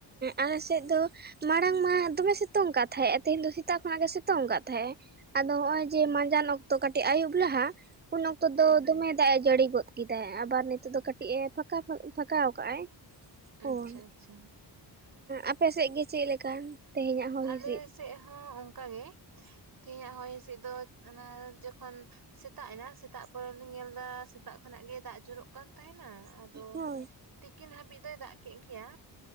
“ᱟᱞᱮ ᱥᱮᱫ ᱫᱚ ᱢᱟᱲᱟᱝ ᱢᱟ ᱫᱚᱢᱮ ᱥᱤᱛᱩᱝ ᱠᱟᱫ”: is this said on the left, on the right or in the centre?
Right